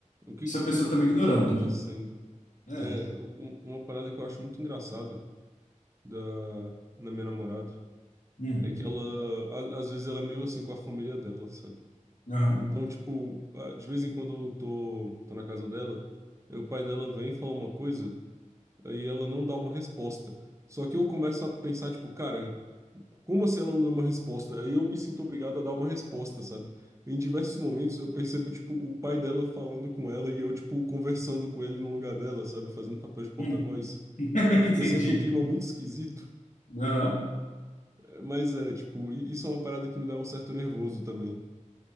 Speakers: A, on the right; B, on the left.
A: O que
B: essa
A: que,
B: pessoa
A: que que
B: tá me ignorando.
A: que tá acontecendo?
B: É,
A: É, um- uma parada que eu acho muito engraçado da, da minha namorada
B: hum,
A: é que ela, a- às vezes, ela é meio assim com a família dela, sabe?
B: aham,
A: Então, tipo, ah, de vez em quando eu tô, tô na casa dela, aí o pai dela vem e fala uma coisa, aí ela não dá uma resposta. Só que eu começo a pensar, tipo, cara, como assim ela não deu uma resposta? Aí eu me sinto obrigado a dar uma resposta, sabe? Em diversos momentos eu percebo, tipo, o pai dela falando com ela e eu, tipo, conversando com ele no lugar dela, sabe? Fazendo papel de porta-voz.
B: hum, <laughs>
A: E fica
B: entendi,
A: sempre um clima muito esquisito.
B: aham,
A: Eh, Mas é, tipo, i- isso é uma parada que me dá um certo nervoso também.